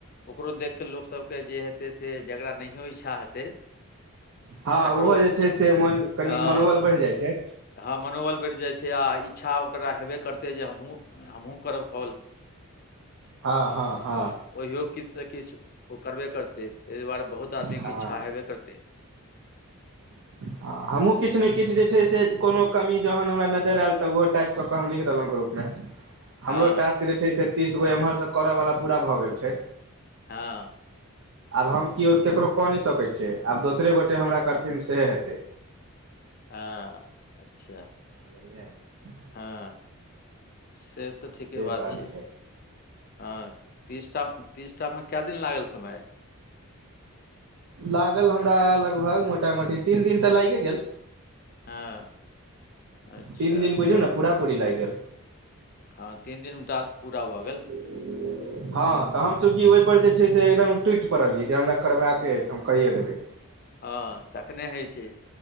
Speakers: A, on the left (about 40°); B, on the right (about 60°).
A: ओकरो देख कऽ लोक सभ के जे हेतै से जकड़रा नहियो इच्छा हेतै
B: हँ
A: तकरो
B: ओहो जे
A: इच्छा
B: छै से मन कनि
A: हँ
B: मनोबल बढ़ि जाइ छै
A: हँ मनोबल बढ़ि जाइत छै आ इच्छा ओकरा हेबे करतै जे हमहूँ हमहूँ करब कॉल
B: हँ हँ हँ
A: ओहिओ किछ से किछ ओ करबे करतै ताहि दुआरे बहुत आदमीके
B: हँ
A: इच्छा हेबे करतै
B: <inaudible> हमहुँ
A: हुँ,
B: किछ नहि किछ जे छै से कोनो कमी जहन हमरा नजर आयल तऽ ओहो टाइप कऽ केऽ हम लिख देलहुँ ग्रुपमे
A: हँ
B: हमरो टास्क जे छै से तीस गो एम्हरसँ करयवला पूरा भऽ गेल छै
A: हँ
B: आब हम केओ ककरो कऽ नहि सकैत छियै आब दोसरे गोटे हमरा करथिन सेह हेतै
A: हँ <inaudible> अच्छा
B: <unintelligible>
A: हँ <inaudible> से तऽ ठीके
B: से
A: बात छियै
B: छै
A: हँ ती तीसटा मे केए दिन लागल समय
B: लागल हमरा लगभग मोटा मोटी तीन दिन तऽ लागिये गेल
A: हँ अच्छा
B: तीन दिन
A: चलू
B: बुझियौ ने पूरा पूरी लागि गेल <inaudible>
A: हँ तीन दिन मे टास्क पूरा भऽ गेल
B: <unintelligible> हँ तऽ हम चूँकि ओहि पर जे छै से एकदम टूटि पड़लियै जे हमरा करबाक अछि हम कहियए देबै
A: हँ तखने होइ छै